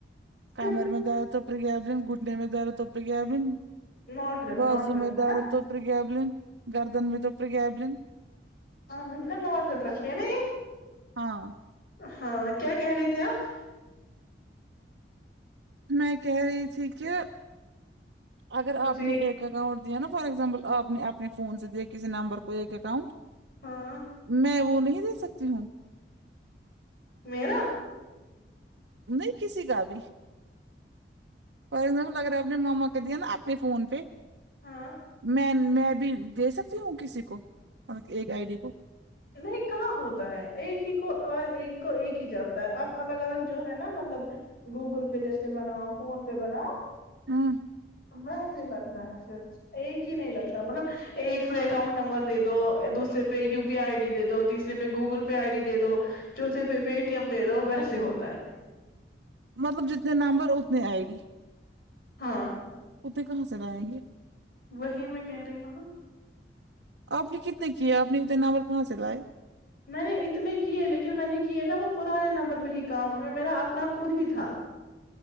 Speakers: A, on the left; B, on the right.
A: ہو
B: کمر میں درد طو پر گیبلن گھٹنے میں درد تو پر گیبلن
A: ناٹ رپ
B: بازو
A: ناٹ رپ
B: میں
A: ہے
B: درد
A: نا
B: تو پریگبلن گردن متاو پ پرگبلن
A: آ نا موٹر پرش نا یہ
B: ہاں
A: ہاں کیا کہہ رہی ت آپ
B: میں کہہ رہی تھی کہ اگر
A: مجھے
B: آپ نے ایک اکاؤنٹ نا فار ایگزامپل آپ نے اپنے فون سے دیا کسی نمبر کو ایک اکاؤنٹ
A: ہاں
B: میں وہ نہیں دے سکتی ہوں
A: میرا
B: نہیں کسی کا بھی فار ایگزامپل اگر اپنے ما کے دیا نا اپنے فون پہ
A: ہاں
B: میں میں بھی دے سکتی ہوں کسی کو مط ایک آئی ڈی کو
A: نہیں کہاں ہوتا ہے ایک ہی کو اور ایک کو ایک ہی چلتا ہے اب الگ الگ جو ہے نا مطلب گوگل پے جیسے بناؤ فون پے بناؤ
B: ہوں
A: ہمر س لگ رہ ہے تھ ایک ہی نہیں لگ رہا مطلب ایک پہ اکاؤنٹ نمبر دے دو دوسرے پہ پے آئی ڈی د دو تیسرے پہ گوگل پے آئی ڈی دے دو چوتھے پہ پے ٹی ایم دے دو ویسے ہوتا ہے
B: مطلب جتنے نمبر اتنی آئے ڈی
A: ہاں
B: اے کہاں سے لائیں گے
A: وہیں میں کہہ رہی ہوں نو
B: آپ نے کتنے کیا آپ نے اتنے ناور کہاں سے لائے
A: میں نے اتنے کیے لیکن میں نے کیے نا وہ پرانے نمبر پہ ہی کام ان میں میرا اپنا خود ہی تھا